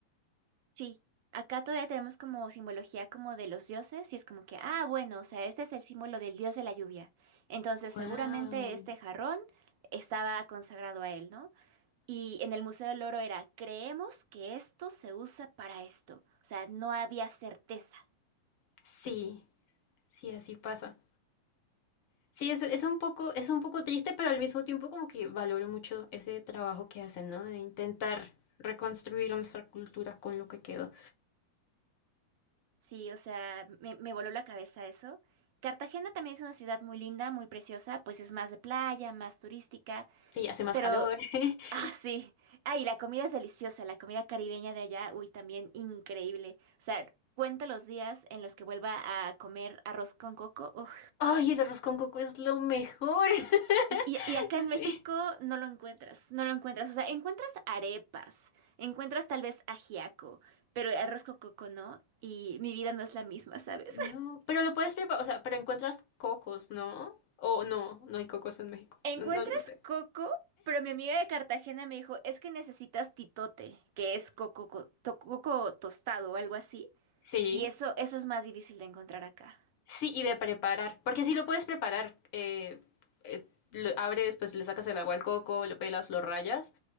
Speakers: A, on the right; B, on the left.
A: Sí, acá todavía tenemos como simbología como de los dioses y es como que, ah, bueno, o sea, este es el símbolo del dios de la lluvia. Entonces,
B: Wow.
A: seguramente este jarrón estaba consagrado a él, ¿no? Y en el Museo del Oro era, creemos que esto se usa para esto. O sea, no había certeza.
B: Sí, sí, así pasa. Sí, es, es un poco, es un poco triste, pero al mismo tiempo como que valoro mucho ese trabajo que hacen, ¿no? De intentar reconstruir nuestra cultura con lo que quedó.
A: Sí, o sea, me, me voló la cabeza eso. Cartagena también es una ciudad muy linda, muy preciosa, pues es más de playa, más turística,
B: Sí, hace más
A: pero...
B: calor. <laughs>
A: Ah, sí. Ay, la comida es deliciosa, la comida caribeña de allá, uy, también increíble. O sea, cuento los días en los que vuelva a comer arroz con coco. uf.
B: Ay, el arroz con coco es lo mejor. <laughs>
A: Y, y- y acá en México
B: Sí.
A: no lo encuentras, no lo encuentras. O sea, encuentras arepas, encuentras tal vez ajiaco, pero arroz con coco no. Y mi vida no es la misma, ¿sabes?
B: No, pero lo puedes preparar, o sea, pero encuentras cocos, ¿no? O no, no hay cocos en México.
A: Encuentras
B: No, no lo sé.
A: coco, pero mi amiga de Cartagena me dijo, es que necesitas titote, que es coco, co- to- coco tostado o algo así,
B: Sí,
A: y eso, eso es más difícil de encontrar acá.
B: sí, y de preparar, porque sí lo puedes preparar. Eh, eh, lo abres, pues le sacas el agua al coco, lo pelas, lo rayas